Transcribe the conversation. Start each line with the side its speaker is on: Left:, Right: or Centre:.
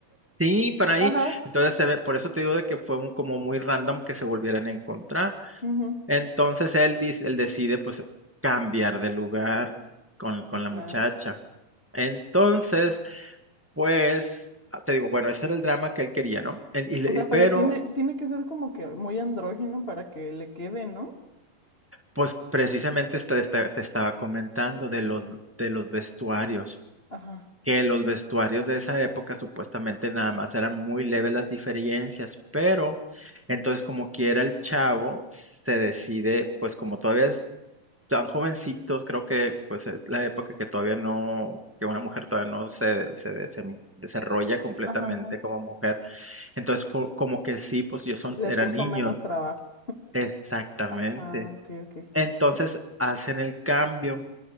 Right: Sí, para ahí.
Left: <laughs> Ajá,
Right: Entonces se ve, por eso te digo de que fue un, como muy random que se volvieran a encontrar.
Left: ujú,
Right: Entonces él, dice- él decide pues cambiar de lugar con, con
Left: Sí, claro.
Right: la muchacha. Entonces, pues, ah, te digo, bueno, ese era el drama que él quería, ¿no? En- y le-
Left: O sea,
Right: pero,
Left: pero bueno, tiene, tiene que ser como que muy andrógeno para que le quede, ¿no?
Right: pues precisamente esta- esta- te estaba comentando de los, de los vestuarios.
Left: Ajá,
Right: que los vestuarios de esa época supuestamente nada más eran muy leves las diferencias, pero entonces como quiera el chavo se decide, pues como todavía es tan jovencitos, creo que pues es la época que todavía no, que una mujer todavía no se, se desem- desarrolla completamente
Left: ajá, ajá.
Right: como mujer, entonces fo- como que sí, pues yo son,
Left: Les
Right: eran
Left: costó
Right: niños,
Left: menos trabajo.
Right: exactamente.
Left: Ajá, ok, ok.
Right: Entonces hacen el cambio.